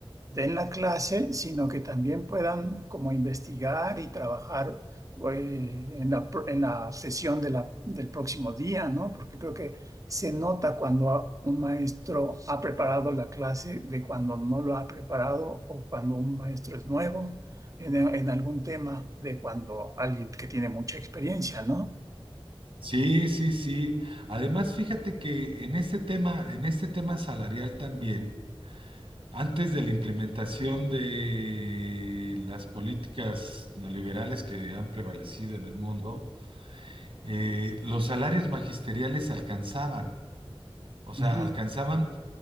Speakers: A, on the right; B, on the right.
A: den la clase, sino que también puedan como investigar y trabajar eh, en la, pr- en la sesión de la- del próximo día, ¿no? Porque creo que se nota cuando a- un maestro ha preparado la clase de cuando no lo ha preparado o cuando un maestro es nuevo en, en algún tema de cuando alguien que tiene mucha experiencia, ¿no?
B: Sí, sí, sí. Además, fíjate que en este tema, en este tema salarial también, Antes de la implementación de las políticas neoliberales que han prevalecido en el mundo, eh, los salarios magisteriales alcanzaban, o sea,
A: Ujú.
B: alcanzaban